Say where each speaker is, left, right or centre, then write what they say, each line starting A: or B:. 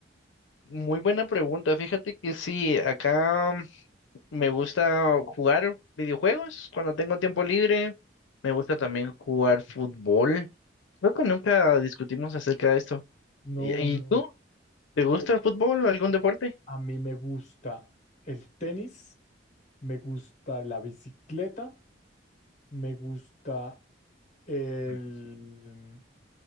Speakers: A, on the left (about 80°); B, on the left (about 40°).
A: muy buena pregunta. Fíjate que sí, acá mm, me gusta jugar videojuegos cuando tengo tiempo libre. Me gusta también jugar fútbol. Creo que nunca discutimos acerca de esto.
B: No,
A: ¿Y,
B: no.
A: y tú? ¿Te gusta
B: Pues
A: el fútbol o algún deporte?
B: a mí me gusta el tenis, me gusta la bicicleta, me gusta el,
A: Ujú.